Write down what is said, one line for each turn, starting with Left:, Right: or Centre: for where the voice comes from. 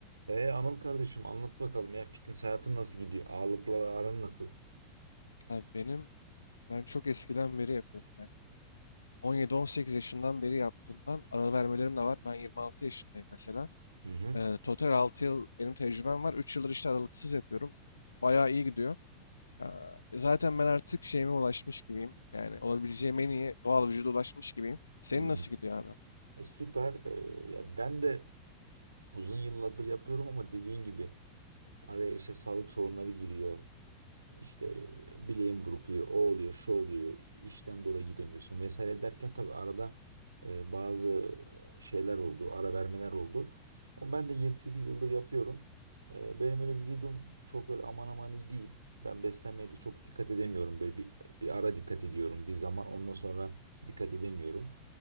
Right: Ee Anıl kardeşim anlat bakalım ya fitness hayatın nasıl gidiyor? Ağırlıkla aran nasıl?
Left: Abi benim ben çok eskiden beri yapıyorum. Ben 17-18 yaşından beri yaptığımdan ara vermelerim de var. Ben 26 yaşındayım mesela.
Right: Hı hı.
Left: Ee, total 6 yıl benim tecrübem var. üç yıldır işte aralıksız yapıyorum. Bayağı iyi gidiyor. Ee, zaten ben artık şeyime ulaşmış gibiyim. Yani olabileceğim en iyi doğal vücuda ulaşmış gibiyim. Senin
Right: Hmm.
Left: nasıl gidiyor abi?
Right: E, süper. Ee, ya ben de uzun yıllardır yapıyorum ama dediğin gibi araya işte sağlık sorunları giriyor. İşte bileğin burukluyor, o oluyor, şu oluyor, işten dolayı gidemiyorsun vesaire derken tabii arada e, bazı şeyler oldu, ara vermeler oldu. Ama ben de yedi sekiz yıldır yapıyorum. E, benim öyle vücudum çok öyle aman aman iyi değil. Ben beslenmeye de çok dikkat edemiyorum. Böyle bir, bir ara dikkat ediyorum bir zaman ondan sonra dikkat edemiyorum.